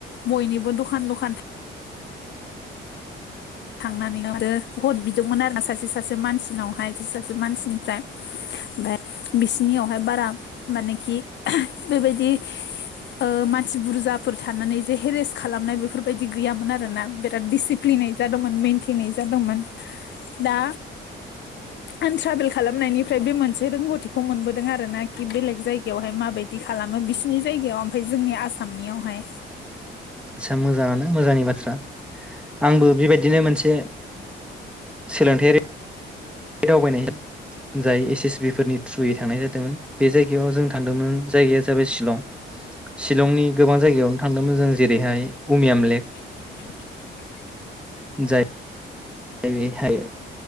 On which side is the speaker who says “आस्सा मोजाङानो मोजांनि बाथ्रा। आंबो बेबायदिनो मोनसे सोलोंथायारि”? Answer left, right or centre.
Centre